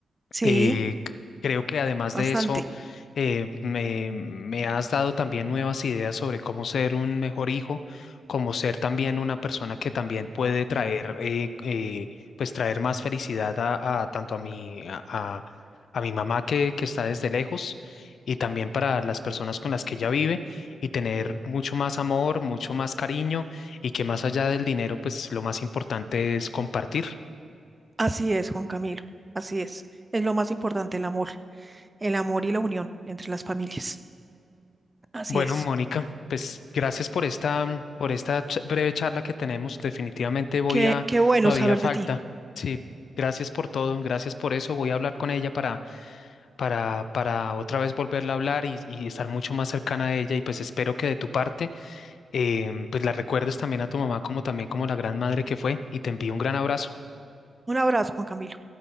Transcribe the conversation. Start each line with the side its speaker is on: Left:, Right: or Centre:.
Right: Sí,
Left: Eh, c- creo que además
Right: bastante.
Left: de eso, eh, me, me has dado también nuevas ideas sobre cómo ser un mejor hijo, cómo ser también una persona que también puede traer, eh, eh, pues traer más felicidad a, a tanto a mi, a, a- a mi mamá que, que está desde lejos y también para las personas con las que ella vive y tener mucho más amor, mucho más cariño y que más allá del dinero, pues lo más importante es compartir.
Right: Así es, Juan Camilo. Así es. Es lo más importante, el amor. El amor y la unión entre las familias. Así
Left: Bueno,
Right: es.
Left: Mónica, pues gracias por esta, por esta ch- breve charla que tenemos. Definitivamente voy
Right: Qué,
Left: a,
Right: qué bueno
Left: todavía
Right: saber
Left: falta.
Right: de ti.
Left: Sí, gracias por todo, gracias por eso. Voy a hablar con ella para, para, para otra vez volverla a hablar y, y estar mucho más cercana a ella. Y pues espero que de tu parte, em, pues la recuerdes también a tu mamá como también como la gran madre que fue. Y te envío un gran abrazo.
Right: Un abrazo, Juan Camilo.